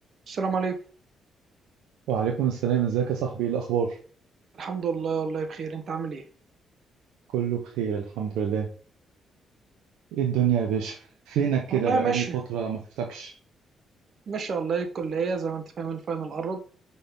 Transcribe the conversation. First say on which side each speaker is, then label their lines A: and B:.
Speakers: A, on the right (about 55°); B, on the right (about 75°).
A: السلام عليكم
B: وعليكم السلام ازيك يا صاحبي ايه الاخبار
A: الحمد لله والله بخير انت عامل ايه
B: كله بخير الحمد لله ايه الدنيا يا باشا فينك كده
A: والله
B: بقالي
A: ماشي
B: فترة ما شفتكش
A: ماشي والله الكلية زي ما انت فاهم الفاينل قرب